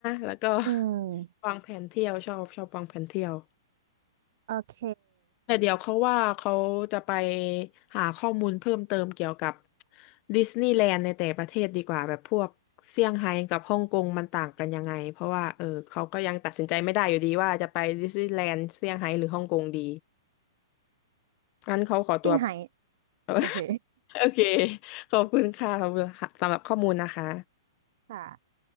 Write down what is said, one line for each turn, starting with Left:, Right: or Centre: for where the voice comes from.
Left: แล้วก็
Right: อืม
Left: <laughs> วางแผนเที่ยวชอบชอบวางแผนเที่ยว
Right: โอเค
Left: แต่เดี๋ยวเขาว่าเขาจะไปหาข้อมูลเพิ่มเติมเกี่ยวกับดิสนีย์แลนด์ในแต่ประเทศดีกว่าแบบพวกเซี่ยงไฮ้กับฮ่องกงมันต่างกันยังไงเพราะว่าเออเขาก็ยังตัดสินใจไม่ได้อยู่ดีว่าจะไปดิสนีย์แลนด์เซี่ยงไฮ้หรือฮ่องกงดีงั้นเขาขอตัว
Right: เซี่ยงไฮ้
Left: <laughs>
Right: โอเค
Left: โอเคขอบคุณค่ะขอบคุณค่ะสำหรับข้อมูลนะคะ
Right: ค่ะ